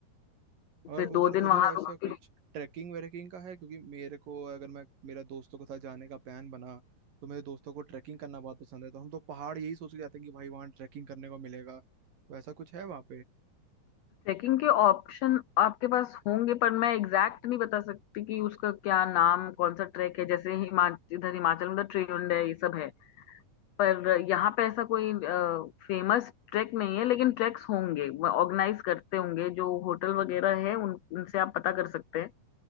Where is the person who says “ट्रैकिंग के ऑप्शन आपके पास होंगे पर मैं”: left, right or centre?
Left